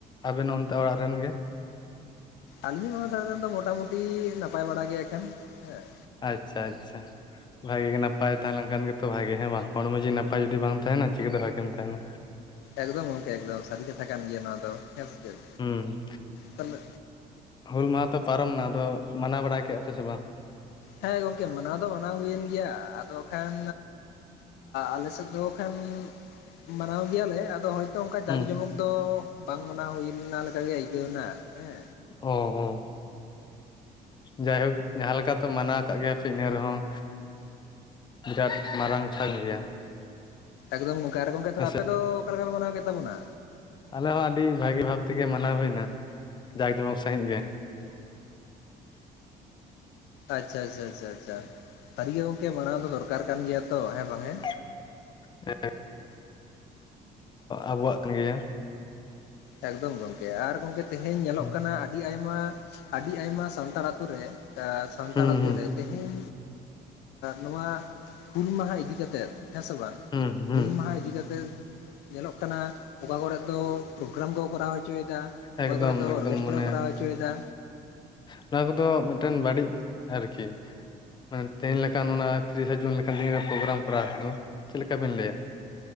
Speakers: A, on the left; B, on the left.
A: ᱟᱹᱵᱤᱱ ᱱᱚᱱᱛᱮ ᱚᱲᱟᱜ ᱨᱤᱱ ᱜᱮ
B: ᱟᱞᱤᱧ ᱱᱚᱣᱟ ᱫᱷᱟᱨᱮ ᱨᱮᱱ ᱫᱚ ᱢᱚᱴᱟᱢᱩᱴᱤ ᱱᱟᱯᱟᱭ ᱵᱟᱲᱟ ᱜᱮᱭᱟ ᱮᱠᱷᱮᱱ ᱦᱮᱸ
A: ᱟᱪᱪᱷᱟ ᱟᱪᱪᱷᱟ ᱵᱷᱟᱜᱮ ᱜᱮ ᱱᱟᱯᱟᱭ ᱛᱟᱦᱮᱸ ᱞᱮᱱᱠᱷᱟᱱ ᱜᱮᱛᱚ ᱵᱷᱟᱜᱮ ᱦᱮᱸ ᱵᱟᱝ ᱦᱚᱲᱢᱚ ᱡᱤᱣᱤ ᱱᱟᱯᱟᱭ ᱡᱩᱫᱤ ᱵᱟᱝ ᱛᱟᱦᱮᱱᱟ ᱪᱤᱠᱟᱹᱛᱮ ᱵᱷᱟᱜᱮᱢ ᱛᱟᱦᱮᱱᱟ᱾
B: ᱮᱠᱫᱚᱢ ᱜᱚᱝᱠᱮ ᱮᱠᱫᱚᱢ ᱥᱟᱹᱨᱤ ᱠᱟᱛᱷᱟ ᱠᱟᱱ ᱜᱮᱭᱟ ᱱᱚᱣᱟ ᱫᱚ ᱦᱮᱸ ᱥᱮ ᱪᱮᱫ
A: ᱦᱩᱸ
B: ᱛᱟᱦᱚᱞᱮ
A: ᱦᱩᱞ ᱢᱟᱦᱟ ᱛᱚ ᱯᱟᱨᱚᱢᱱᱟ ᱟᱫᱚ ᱢᱟᱱᱟᱣ ᱵᱟᱲᱟ ᱠᱮᱫ-ᱟ ᱯᱮ ᱥᱮ ᱵᱟᱝ?
B: ᱦᱮᱸ ᱜᱚᱝᱠᱮ ᱢᱟᱱᱟᱣ ᱫᱚ ᱢᱟᱱᱟᱣ ᱦᱩᱭᱮᱱ ᱜᱮᱭᱟ ᱟᱫᱚ ᱠᱷᱟᱱ ᱟᱞᱮ ᱥᱮᱫ ᱫᱚ ᱠᱷᱟᱱ ᱢᱟᱱᱟᱣ ᱜᱮᱭᱟᱞᱮ ᱟᱫᱚ ᱚ ᱚᱱᱠᱟ ᱡᱟᱠ
A: ᱦᱩᱸ
B: ᱡᱚᱢᱚᱠ ᱫᱚ ᱵᱟᱝ ᱢᱟᱱᱟᱣ ᱦᱩᱭ ᱞᱮᱱᱟ ᱞᱮᱠᱟᱜ ᱜᱮ ᱟᱹᱭᱠᱟᱹᱣ ᱮᱱᱟ ᱦᱮᱸ
A: ᱚᱸ ᱦᱩᱸ ᱡᱟᱭᱦᱳᱠ ᱡᱟᱦᱟᱸ ᱞᱮᱠᱟ ᱛᱚ ᱢᱟᱱᱟᱣ ᱠᱟᱜ ᱜᱮᱭᱟᱯᱮ ᱤᱱᱟᱹ ᱨᱮᱦᱚᱸ ᱵᱤᱨᱟᱴ ᱢᱟᱨᱟᱝ ᱥᱟᱨ ᱜᱮᱭᱟ
B: ᱮᱠᱫᱚᱢ ᱜᱚᱝᱠᱮ ᱟᱨ ᱜᱚᱝᱠᱮ
A: ᱦᱮᱸᱥᱮ
B: ᱟᱯᱮ ᱫᱚ ᱚᱠᱟ ᱞᱮᱠᱟ ᱯᱮ ᱢᱟᱱᱟᱣ ᱠᱮᱫ ᱛᱟᱵᱚᱱᱟ?
A: ᱟᱞᱮ ᱦᱚᱸ ᱟᱹᱰᱤ ᱵᱷᱟᱹᱜᱤ ᱵᱷᱟᱵ ᱛᱮᱜᱮ ᱢᱟᱱᱟᱣ ᱦᱩᱭ ᱮᱱᱟ ᱡᱟᱠ ᱡᱚᱢᱚᱠ ᱥᱟᱺᱦᱤᱡᱽ ᱜᱮ
B: ᱟᱪᱪᱷᱟ ᱟᱪᱪᱷᱟ ᱟᱪᱪᱷᱟ ᱟᱪᱪᱷᱟ ᱥᱟᱹᱨᱤ ᱜᱚᱝᱠᱮ ᱢᱟᱱᱟᱣ ᱫᱚ ᱫᱚᱨᱠᱟᱨ ᱠᱟᱱ ᱜᱮᱭᱟ ᱛᱚ ᱦᱮᱸ ᱵᱟᱝ ᱦᱮᱸ
A: <unintelligible> ᱟᱵᱚᱣᱟᱜ ᱠᱟᱱ ᱜᱮᱭᱟ᱾
B: ᱮᱠᱫᱚᱢ ᱜᱚᱝᱠᱮ ᱟᱨ ᱜᱚᱝᱠᱮ ᱛᱮᱦᱮᱧ ᱧᱮᱞᱚᱜ
A: ᱦᱩᱸ
B: ᱠᱟᱱᱟ ᱟᱹᱰᱤ ᱟᱭᱢᱟ ᱟᱹᱰᱤ ᱟᱭᱢᱟ ᱥᱟᱱᱛᱟᱲ ᱟᱹᱛᱩ ᱨᱮ ᱥᱟᱱᱛᱟᱲ
A: ᱦᱩᱸ
B: ᱟᱹᱛᱩ
A: ᱦᱩᱸ
B: ᱨᱮ ᱛᱮᱦᱮᱧ ᱱᱚᱣᱟ ᱦᱩᱞ ᱢᱟᱸᱦᱟ ᱤᱫᱤ ᱠᱟᱛᱮᱫ ᱦᱮᱸ ᱥᱮ ᱵᱟᱝ
A: ᱦᱩᱸ ᱦᱩᱸ
B: ᱦᱩᱞ ᱢᱟᱸᱦᱟ ᱤᱫᱤ ᱠᱟᱛᱮ ᱧᱮᱞᱚᱜ ᱠᱟᱱᱟ ᱚᱠᱟ ᱠᱚᱨᱮ ᱫᱚ ᱯᱨᱳᱜᱨᱟᱢ ᱠᱚ ᱠᱚᱨᱟᱣ ᱦᱚᱪᱚᱭ ᱮᱫᱟ
A: ᱮᱠᱫᱚᱢ
B: ᱚᱠᱟ ᱠᱚᱨᱮ ᱫᱚ
A: ᱮᱠᱫᱚᱢ
B: ᱚᱨᱠᱮᱥᱴᱨᱟ
A: ᱢᱟᱱᱮ
B: ᱠᱚ ᱠᱚᱨᱟᱣ ᱦᱚᱪᱚᱭ ᱮᱫᱟ
A: ᱱᱚᱣᱟ ᱠᱚᱫᱚ ᱢᱤᱫᱴᱮᱱ ᱵᱟᱹᱲᱤᱡ ᱟᱨᱠᱤ ᱢᱟᱱᱮ ᱛᱮᱦᱮᱧ ᱞᱮᱠᱟᱱ ᱚᱱᱟ ᱛᱤᱨᱤᱥᱮ ᱡᱩᱱ ᱞᱮᱠᱟᱱ ᱫᱤᱱ ᱨᱮᱱ ᱯᱨᱳᱜᱨᱟᱢ ᱠᱚᱨᱟᱣ ᱠᱚᱫᱚ ᱪᱮᱫ ᱞᱮᱠᱟᱵᱤᱱ ᱞᱟᱹᱭᱟ᱾